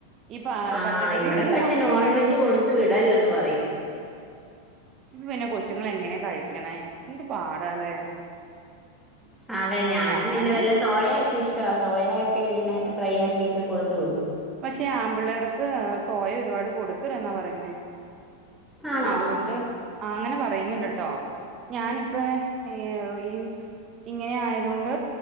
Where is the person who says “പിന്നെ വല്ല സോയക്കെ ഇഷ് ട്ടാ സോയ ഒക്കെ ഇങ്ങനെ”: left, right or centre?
Centre